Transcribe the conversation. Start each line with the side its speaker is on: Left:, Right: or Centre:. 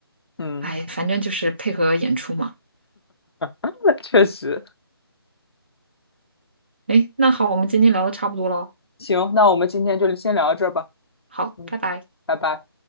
Left: 嗯，
Right: 哎，反正就是配合演出嘛。
Left: <laughs> 那确实。
Right: 哎，那好，我们今天聊的差不多了哦，
Left: 行，那我们今天就先聊到这儿吧。
Right: 好，
Left: 嗯，
Right: 拜拜。
Left: 拜拜。